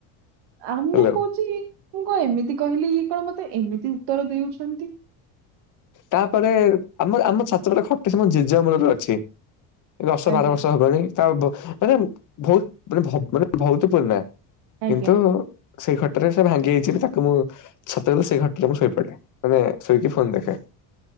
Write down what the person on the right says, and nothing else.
ଆଉ ମୁଁ
କହୁଛି ମୁୁ କଣ ଏମିତି କହିଲି ଇଏ କଣ ମତେ ଏମିତି ଉତ୍ତର ଦେଉଛନ୍ତି।
ଆଜ୍ଞା
ଆଜ୍ଞା।